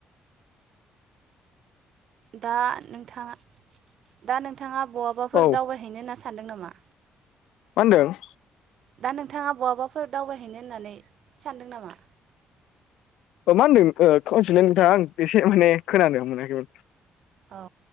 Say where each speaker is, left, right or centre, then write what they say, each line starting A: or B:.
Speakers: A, on the right; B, on the left.
A: दा नोंथाङा दा नोंथाङा बहाबाफोर
B: औ
A: दावबायहैनो होनना सानदों नामा?
B: मा होन्दों?
A: दा नोंथाङा बहाबाफोर दावबायहैनो होननानै सानदों नामा?
B: ओ मा होनदों ओ होनफिनलाय नोंथाङा आं एसे माने खोनानो मोनाखैमोन।
A: औ